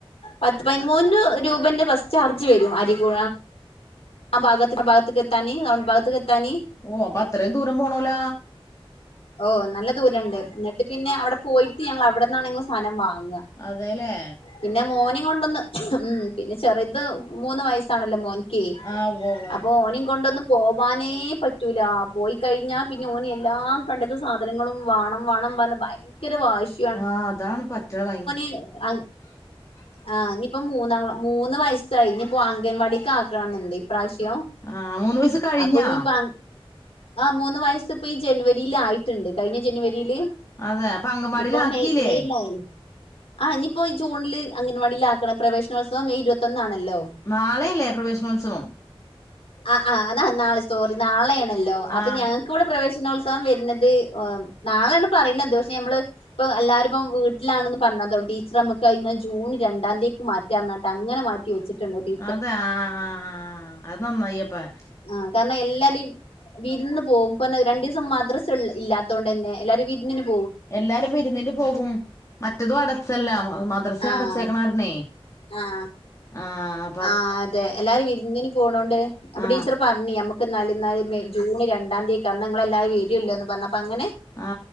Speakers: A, on the left; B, on the left.
A: പത്ത്പതിമൂന്ന് രൂപന്റെ ബസ് ചാർജ് വരും. അരികു ആ ഭഗത്ത് ഭാഗത്തക്ക് എത്താന് ടൌൺ ഭഗത്തക്ക് എത്താന്.
B: ഓ അപ്പൊ അത്രയും ദൂരം പോണല.
A: ഓ നല്ല ദൂരംണ്ട് ന്നിട്ട് പിന്നെ അവിടെ പോയിട്ട് ഞങ്ങൾ അവിടെന്നാണ് സാനം വാങ്ങ.
B: അതെല്ലേ?
A: പിന്നെ മോന കൊണ്ടൊന്ന് ഉ പിന്നെ ചെറുത് മൂന്ന് വയസ്സാണല്ലോ മോൻ. ക്കെ
B: ആ ഉവ്വ ഉവ്വ
A: അപ്പൊ ഓനിം കൊണ്ടൊന്നും. പോവാനേ പറ്റൂല പോയി കഴിഞ്ഞാ പിന്നെ ഓനിയെല്ലാം. കണ്ടത്ത സാധനങ്ങളും വാണം വാണം പറഞ്ഞ്. ഭയങ്കര വാശി
B: ആ അതാണ് പറ്റണ വ
A: <inaudible>
B: <inaudible>
A: ആ ഇനിയിപ്പോ മൂന്ന മൂന്ന് വയസ്സായി ഇനിയിപ്പോ അംഗൻവാടിക്ക് ആക്കണം ന്നുണ്ട് ഇപ്രാവശ്യം.
B: ആ മൂന്ന് വയസ്സ് കഴിഞ്ഞാ
A: അപ്പൊനി പ ആ മൂന്ന് വയസ്സ് ഇപ്പ ഈ ജനുവ രിലയിട്ടുണ്ട് കഴിഞ്ഞ ജനുവരിയില്.
B: അതെ അപ്പ അങ്കമാടിൽ
A: ഇപ്പൊ
B: ആക്കില്ലേ?
A: മെയ് മെയിലായല്ലോ ആ ഇനിപ്പോ ഈ ജൂണില് അംഗൻവാടിൽ ആക്കണം. പ്രവേശനോത്സവം മെയ് ഇരുപത്തൊന്നാണല്ലോ.
B: നാളെയല്ലേ പ്രവേശനോത്സവം?
A: ആ ആ നാളെ സോറി നാളെയാണല്ലോ അപ്പൊ
B: ആ
A: ഞ കൂടെ പ്രവേശനോത്സവം വരുന്നത് നാളാണ് പറയണത്ത്. പക്ഷെ നമ്മള്ത് ഇപ്പൊ എല്ലാരുംപ്പം വീട്ടിലാണെന്ന് പറഞ്ഞതോ ടീച്ചർ നമ്മുക്ക് അത് ജൂൺ രണ്ടാം തീക്ക് മാറ്റാറഞ്ഞ കേട്ട് അങ്ങനെ മാ <unintelligible>
B: അതെ ആ ആ അത് നാന്നയ്യിപ്പം.
A: ആ കാരണം എല്ലടിം. വിരുന്ന് പോകും പ്പന്നെ രണ്ട് ദിവസം മദ്രസ ഇല്ലത്ത കൊണ്ട് തന്നെ എല്ലാരും വിരിന്നിന് പോ
B: എല്ലാരും വിരുന്നിന് പോകും. മറ്റതും അടച്ചല്ല മദ്രസ
A: ആഹ്
B: അടച്ചേക്കണാരണെ
A: ആഹ്
B: ആഹ്
A: ആഹ് അതെ എല്ലാരും വിരുന്നിന് പോണോണ്ട് അപ്പൊ
B: ആ
A: ടീച്ചർ പറഞ്ഞി. നമ്മക്ക് ക്ക്‌ ന്നാൽ ന്നാൽ മെയ് ജൂൺ രണ്ടാ ന്ത്യേക്കന്നങ്ങൾ എല്ലാവരും വരില്ലോന്ന് പറഞ്ഞപ്പ അങ്ങനെ
B: ആ